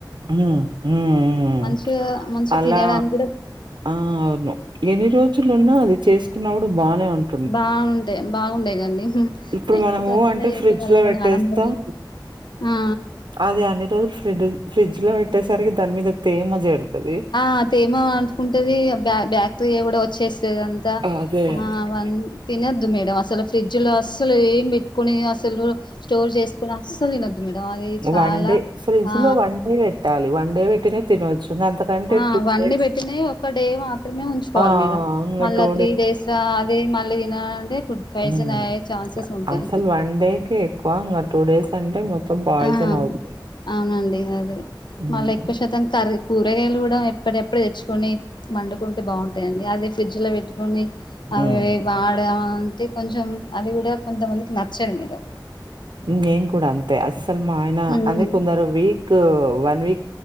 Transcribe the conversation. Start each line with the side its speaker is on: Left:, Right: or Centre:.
Right: ఉమ్ ఉమ్ ఉమ్ ఉమ్
Left: మంచిగా మంచిగా
Right: అలా
Left: తినడానికి కూడా
Right: ఆ అవును ఎన్ని రోజులున్నా అది చేసుకున్నప్పుడు బాగానే ఉంటు
Left: బాగు ఉంటయ్ బాగుండేది అండి
Right: ఇప్పుడు
Left: యెనకట
Right: మనము
Left: అట్లనే
Right: అంటే
Left: చేసే
Right: ఫ్రిడ్జ్
Left: వాళ్ళము
Right: లో పెట్టేస్తాం
Left: నాన్నమని ఆ
Right: అది అన్ని రోజులు ఫ్రిడ్జ ఫ్రిడ్జ్ లో పెట్టేసరికి దాని మీద తేమ జేరుతది
Left: ఆ అ తేమో అనుకుంటది బ్యాక్టీరియా కూడా వచ్చేసి తది అంతా
Right: అదే అదే
Left: ఆ వన్ తినొద్దు మేడం అసలు ఫ్రిడ్జ్ లో అసలు ఏం పెట్టుకుని అసలు స్టోర్ చేసుకుని అస్సలు తిననద్దు మేడం అది చాలా
Right: వన్ డే ఫ్రిడ్జ్
Left: ఆ
Right: లో వన్ డే పెట్టాలి వండే బెట్టినయ్ తినొచ్చు అంతకంటే
Left: ఆ
Right: టూ
Left: వండే
Right: డేస్
Left: పెట్టినయ్ ఒక డే మాత్రమే ఉంచుకోవాలి
Right: ఆ ఆ!
Left: మేడం
Right: ఇంగ
Left: మళ్ళా
Right: టూ
Left: త్రీ డేస్ రా అదే మళ్ళీ తినాలంటే ఫుడ్ పాయిజన్
Right: హ్మ్.
Left: అయ్యే ఛాన్సెస్ ఉంటాయి.
Right: అసలు వన్ డే కే ఎక్కువ ఇంగా టూ డేస్ అంటే మొత్తం పాయిజన్
Left: ఆ
Right: అవుతుంది
Left: అవునండి అదే
Right: మ్మ్
Left: మళ్ళీ ఎక్కువ శాతం కర్రి కూరగాయలు కూడా ఎప్పుడి అప్పుడు తెచ్చుకొని వండుకుంటే బావుం టే అండి అది ఫ్రిజ్ లో పెట్టుకొని
Right: మ్మ్
Left: అవి వాడే అం టే కొంచెం అది కూడా కొంతమందికి నచ్చదు మేడం
Right: నేను కూడా అంతే అస్సలు మా ఆయన
Left: హ్మ్
Right: అదే కొందరు వీక్ వన్ వీ